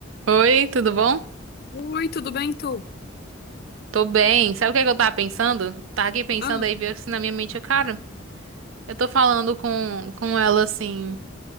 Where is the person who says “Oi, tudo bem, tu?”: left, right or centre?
Left